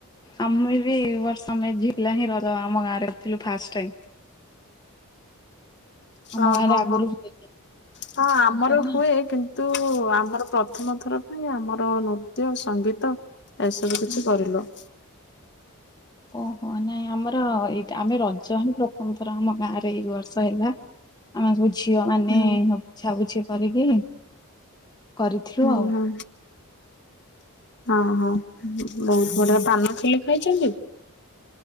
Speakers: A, on the left; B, on the left.
A: ଆମେ ବି ବର୍ଷେଝା ହିଁଜ ଆମ ଗାଁରେ ଅଥିଲୁ ଫାଷ୍ଟ ଟାଇମ। ଆମ
B: ଓ
A: ଗାଁରେ
B: ହଁ
A: ଆଗରୁ
B: ହଁ
A: ହୁଏନି।
B: ହଁ ଆମର
A: ହୁଏନି?
B: ହୁଏ କିନ୍ତୁ ଆମର ପ୍ରଥମ ଥର ପାଇଁ ଆମର ନୃତ୍ୟ, ସଙ୍ଗୀତ ଏସବୁ କିଛି କରିଲୁ। <inaudible>
A: ଓହୋଃ ନାଇଁ ଆମର ଏଇ ଆମେ ରଜ ହିଁ ପ୍ରଥମ ଥର ଆମ ଗାଁରେ ଏଇ ବର୍ଷ ହେଲା। ଆମେ ସବୁ ଝିଅ ମାନେ
B: ହୁଁ
A: ବୁଝାବୁଝି କରିକି କରିଥିଲୁ
B: ହୁଁ
A: ଆଉ।
B: ହୁଁ। ହଁ ହଁ ବହୁତ ବଢ଼ିଆ ପାନ ଖିଲ ଖାଇଛନ୍ତି?